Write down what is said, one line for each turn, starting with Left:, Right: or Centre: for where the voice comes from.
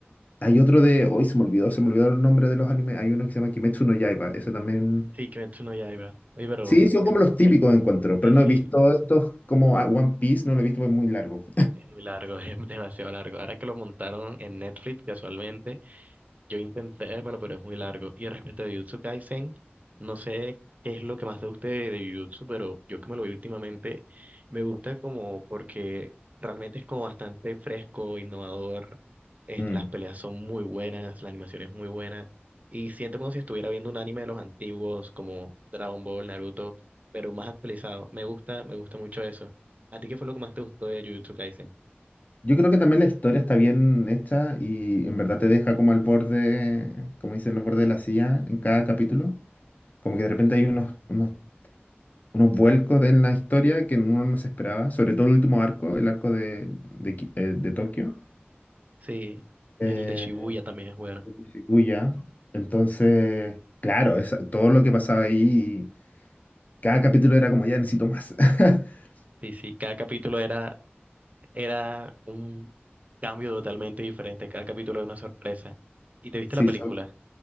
Left: hay otro de, hoy se me olvidó, se me olvidó el nombre de los animes. Hay uno que se llama Kimetsu no Yaiba, ese también.
Right: Sí, Kimetsu no Yaiba. Oye, pero
Left: Sí, son como
Right: eh,
Left: los típicos encuentro,
Right: sí,
Left: pero no
Right: sí,
Left: he visto estos como ah, One Piece, no lo he visto, es muy largo.
Right: es muy largo, <laughs> es demasiado largo. Ahora que lo montaron en Netflix casualmente. Yo intenté vérmelo, pero es muy largo. Y respecto a Jujutsu Kaisen, no sé qué es lo que más te guste de, de Jujutsu, pero yo que me lo vi últimamente, me gusta como porque realmente es como bastante fresco, innovador. Este,
Left: Mm.
Right: las peleas son muy buenas, la animación es muy buena. Y siento como si estuviera viendo un anime de los antiguos, como Dragon Ball, Naruto, pero más actualizado. Me gusta, me gusta mucho eso. ¿A ti qué fue lo que más te gustó de Jujutsu Kaisen?
Left: Yo creo que también la historia está bien hecha y en verdad te deja como al borde, como dicen, al borde de la silla en cada capítulo. Como que de repente hay unos, unos, unos vuelcos en la historia que uno no se esperaba, sobre todo el último arco, el arco de, de, Ki- eh, de Tokio,
Right: Sí,
Left: eh,
Right: el de Shibuya también es bueno.
Left: de Shibuya. Entonces, claro, esa- todo lo que pasaba ahí, cada capítulo era como, ya necesito más. <laughs>
Right: Sí, sí, cada capítulo era era un cambio totalmente diferente. Cada capítulo era una sorpresa. ¿Y te viste
Left: Sí,
Right: la película?
Left: so-